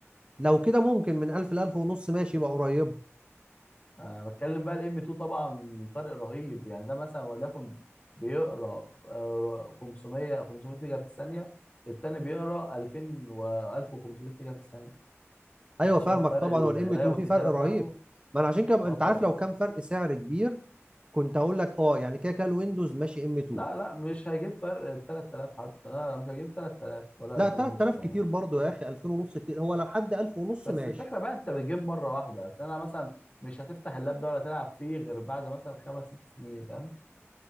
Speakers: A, on the right; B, on the left.
A: لو كده ممكن من 1000 ل 1000 ونص ماشي يبقى قريب
B: أه بتكلم بقى الام 2 طبعا فرق رهيب يعني ده مثلا وليكن بيقرا آه، 500 500 ميجا في الثانية التاني بيقرا 2000 و 1500 ميجا في الثانية
A: ايوه
B: انت
A: فاهمك
B: شايف فرق
A: طبعا
B: القراية
A: هو الام 2
B: والكتابة
A: في فرق رهيب
B: بتاعته
A: ما انا عشان كده
B: اه
A: انت
B: طبعا
A: عارف لو كان فرق سعر كبير كنت هقول لك اه يعني كده كده الويندوز ماشي ام 2
B: لا لا مش هيجيب فرق 3000 حتى لا لا مش هيجيب 3000 ولا
A: لا
B: 2000
A: 3000
B: ونص كمان
A: كتير برضو يا اخي 2000 ونص كتير هو لو حد 1000 ونص
B: بس
A: ماشي
B: الفكره بقى انت بتجيب مره واحده اصل انا مثلا مش هتفتح اللاب ده ولا تلعب فيه غير بعد مثلا خمس ست سنين فاهم